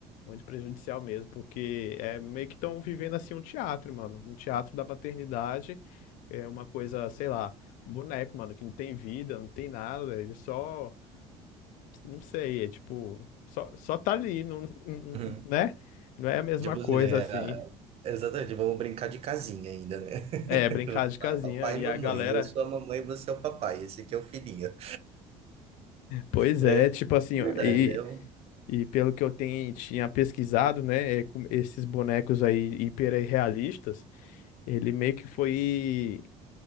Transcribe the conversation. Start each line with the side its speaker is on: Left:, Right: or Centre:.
Left: Muito prejudicial mesmo, porque é meio que estão vivendo assim um teatro, mano. Um teatro da maternidade, é uma coisa, sei lá, um boneco, mano, que não tem vida, não tem nada, ele só, não sei, é tipo, só, só tá ali, não, não-
Right: uhum.
Left: não- né? Não é a mesma
Right: Tipo
Left: coisa
Right: assim, né?
Left: assim.
Right: a- Exatamente, vamos brincar de casinha ainda, né? <laughs>
Left: É, brincar
Right: Vamos
Left: de casinha
Right: lá, papai
Left: e
Right: e mamãe.
Left: a galera,
Right: Eu sou a mamãe, você é o papai. Esse aqui é o filhinho.
Left: pois
Right: É
Left: é, tipo assim,
Right: verdade,
Left: ó, e,
Right: é um-
Left: e pelo que eu tenho, tinha pesquisado, né, é, com esses bonecos aí hiperrealistas. Ele meio que foi